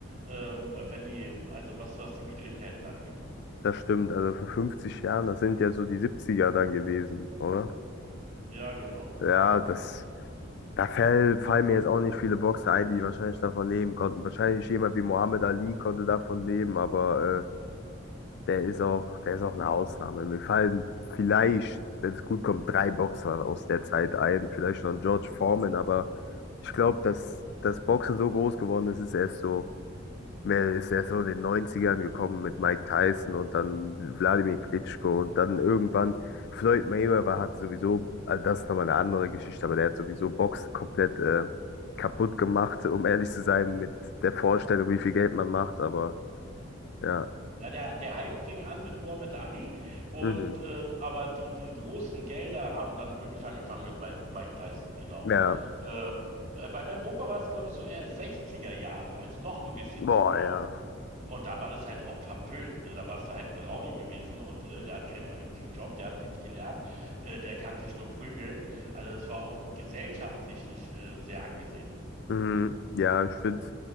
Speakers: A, on the right; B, on the left.
A: ähm, äh, wenn die, also was, was die Widrigkeiten angeht.
B: das stimmt. Also vor 50 Jahren, das sind ja so die 70 dann gewesen, oder?
A: Ja, genau.
B: Ja, das. Da fäll, fallen mir jetzt auch nicht viele Boxer ein, die wahrscheinlich davon leben konnten. Wahrscheinlich jemand wie Muhammad Ali konnte davon leben, aber äh, der ist auch, der ist auch eine Ausnahme. Mir fallen vielleicht, wenn es gut kommt, drei Boxer aus der Zeit ein, vielleicht noch ein George Foreman, aber ich glaube, dass das Boxen so groß geworden ist, ist erst so. Mel ist erst so in den Neunzigern gekommen mit Mike Tyson und dann Wladimir Klitschko und dann irgendwann Floyd Mayweather hat sowieso, also das ist nochmal eine andere Geschichte, aber der hat sowieso Box komplett äh, kaputt gemacht, um ehrlich zu sein, mit der Vorstellung, wie viel Geld man macht, aber ja,
A: Na, der, der Hype fing an mit Muhammad Ali und
B: mhm.
A: ähm, aber die, die großen Gelder haben dann wirklich angefangen mit Mike, Mike Tyson, genau.
B: Ja,
A: Ähm, äh, bei meinem Opa war es, glaube ich, so eher 60er Jahre, also noch ein bisschen
B: boah,
A: früher.
B: ja.
A: Und da war das halt auch verpönt, ne? Da warst du halt ein Rowdy gewesen und äh, der hat keinen vernünftigen Job, der hat nichts gelernt, äh, der kann sich nur prügeln. Also das war auch gesellschaftlich nicht äh, sehr angesehen.
B: Mhm, ja, ich finde,